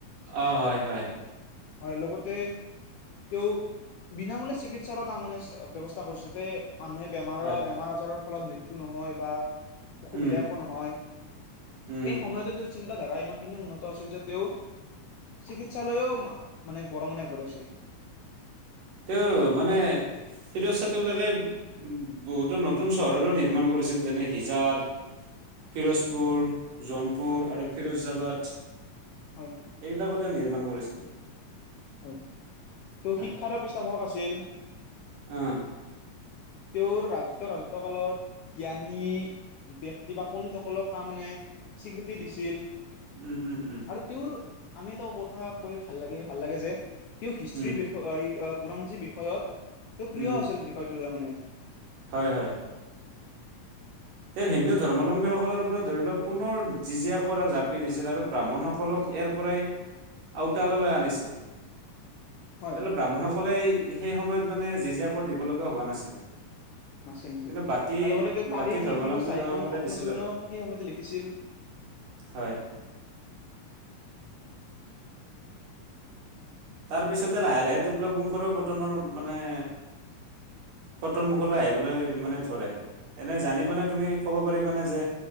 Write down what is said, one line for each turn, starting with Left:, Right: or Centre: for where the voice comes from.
Right: অ', হয় হয়।
Left: হয় লগতে তেওঁ বিনামূলীয়া চিকিৎসাৰ তাৰমানে ব্যৱস্থা কৰিছিল যাতে মানুহে বেমাৰৰ
Right: হয়,
Left: বেমাৰ আজাৰৰ ফলত মৃত্যু নহয় বা অসুবিধা
Right: উম
Left: একো নহয়।
Right: উম,
Left: সেই সময়তে তেওঁৰ চিন্তাধাৰা ইমানখিনি উন্নত আছিল যে তেওঁ চিকিৎসালয়ও মানে বৰঙণি আগবঢ়াইছে।
Right: তেওঁ মানে ফিৰ ছাতবিলাকে বহুতো নতুন চহৰো নিৰ্মাণ কৰিছিল যেনে হিজাৰ ফিৰোজপুৰ
Left: হয়
Right: জোনপুৰ
Left: হয়
Right: আৰু ফিৰোজাবাদ
Left: হয়।
Right: এইবিলাকো তেওঁ নিৰ্মাণ কৰিছিল।
Left: হয় ত
Right: হয়,
Left: শিক্ষাতো পৃষ্ঠাক আছিল।
Right: অ'।
Left: তেওঁৰ ৰাজত্ব ৰাজত্ব কালত জ্ঞানী ব্যয়ক্তি বা পণ্ডিতসকলক তাৰমানে স্বীকৃতি দিছিল
Right: উম উম উম।
Left: আৰু তেওঁৰ আমি ত কথা কৈ ভাল লাগি ভাল লাগে যে তেওঁ হিষ্ট্ৰীৰ
Right: উম
Left: বিয় <unintelligible> পুৰঞ্জী বিষয়ত তেওঁ প্ৰিয়
Right: উম,
Left: আছিল বিষয়টো তাৰ মানে।
Right: হয় হয়। তেওঁ হিন্দু ধৰ্মলম্বীসকলৰ <unintelligible> ধৰি লওক পুনৰ জিজিয়া কৰ জাপি দিছিল আৰু ব্ৰাহ্মণসকলক ইয়াৰ পৰাই আউটাল লৈ আনিছিল।
Left: হয়
Right: ব্ৰাহ্মণসকলে সেই সময়ত মানে জিজিয়াকৈ দিব লগগীয়া হোৱা নাছিল।
Left: নাছিল, নাছিল।
Right: কিন্তু বাকী
Left: আৰু লগতে তেওঁ তাৰিখ
Right: বাকী ধৰ্মাৱলম্বী
Left: ই ফিৰজ চাহিখন
Right: লোকসকলে
Left: আত্মজীৱনেও
Right: দিছিল আৰু
Left: সেই সময়তে লিখিছিল।
Right: হয়। তাৰপিছতে লাহে লাহে টোঘলক বংশৰৰ পতনৰ মানে পটনমুখলৈ আহিবলৈ মানে ধৰে। এনেই জানিবানে তুমি ক'ব পাৰিবানে যে